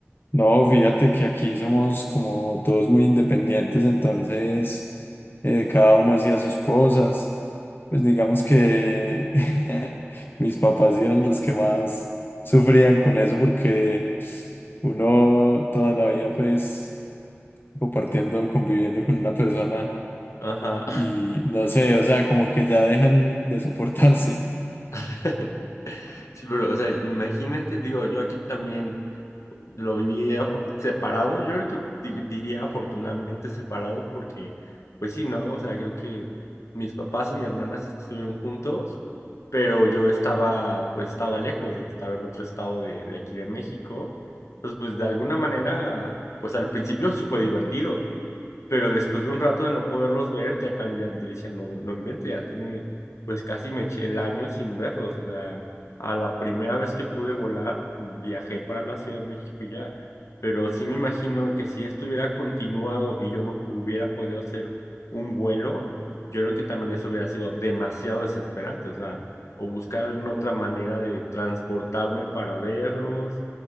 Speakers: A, on the left; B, on the left.
A: No, fíjate que aquí somos como todos muy independientes, entonces eh, cada uno hacía sus cosas. Pues digamos que <laughs> mis papás eran los que más sufrían con eso porque uno toda la vida pues compartiendo, conviviendo con una persona
B: Ajá.
A: y no sé, o sea, como que ya dejan de soportarse.
B: <laughs> Sí, pero, o sea, imagínate, digo, yo aquí también Lo viví afo- separado, yo creo que di- diría afortunadamente separado porque, pues sí, ¿no? O sea, creo que mis papás y mi hermana sí estuvieron juntos, pero yo estaba, pues estaba lejos, estaba en otro estado de, de aquí de México. Entonces, pues de alguna manera, pues al principio sí fue divertido. Pero después de un rato de no poderlos ver, ya también ya, decía, no, no invente, ya tiene, pues casi me eché el año sin verlos. O sea, a la primera vez que pude volar, viajé para la Ciudad de México y ya. Pero sí me imagino que si estuviera continuado y yo no hubiera podido hacer un vuelo, yo creo que también eso hubiera sido demasiado desesperante. O sea, o buscar alguna otra manera de transportarme para verlos